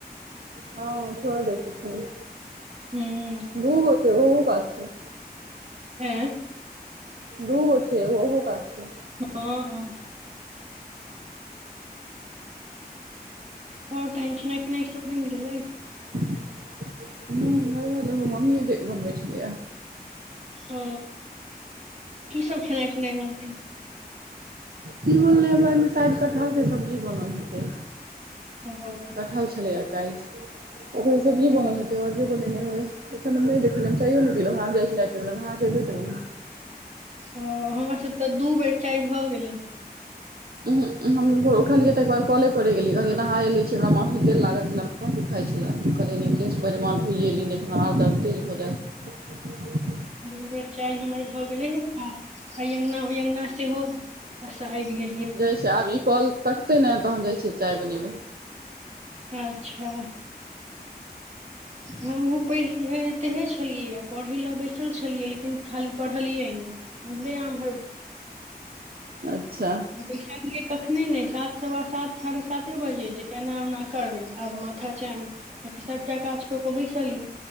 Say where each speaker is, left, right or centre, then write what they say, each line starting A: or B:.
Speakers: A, on the right; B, on the right.
A: हँ छोइड़ दै छथीन।
B: हूं।
A: दूगो छै, ओहु कात छै।
B: हैं।
A: दूगो छै, एगो ओहू कात छै।
B: हँ-हँ। और टाइम खेनाइ-पिनाइ सब बइन गेलै।
A: हूं लगभग- लगभग मम्मीये बनबै छलियए।
B: ओ की सब खेनाइ-पीनाइ बनतै।
A: की बनलै हमरा एनी शायद कटहरके सब्जी बनल हेतै।
B: ह ओ।
A: कटहल छलैए काल्हि, ओकरे सब्जी
B: हँ
A: बनल हेतै आओर। जे बनेनै होय, अखन हम नहि देखलिय चायो नहि पिलौंहे, आब जाइ छी चाय पियैले, नहा के एबे केलों हें।
B: ह हमर सब तऽ दू बेर चाय भऽ गेलै।
A: उ हम उठलियै तकर बाद कले प परे गेलिय कहलियै नहाए लै छी, हमरा माथ में तेल लागल छलै। दुखाइ छलै, तऽ कहलियै ई केश पहिले माथ धोइएली नहि तऽ आर दर्द तेज भऽ जायत।
B: दू बेर चाय हमर भऽ गेलै, हई अङ्गना ओई अङ्गना सेहो। अ सहइ रहियै।
A: नइ जाइ छियै, आब ई कॉल कटतै ने तहन जाइ छियै चाय बनेबै।
B: अच्छा। हमहूँ पढ़ितेहे छलियै, पढ़ै लए बैसल छलियै लेकिन खाली पढ़लियै नहि। ओमहरे-आमह।
A: अच्छा।
B: बैसलीेये कखने नहि, सात, सवा सात, साढ़े साते बजे जे एना-ओना करबै, आब माथा चैन। जे कि सभटा काज कऽ कऽ बैसलीए,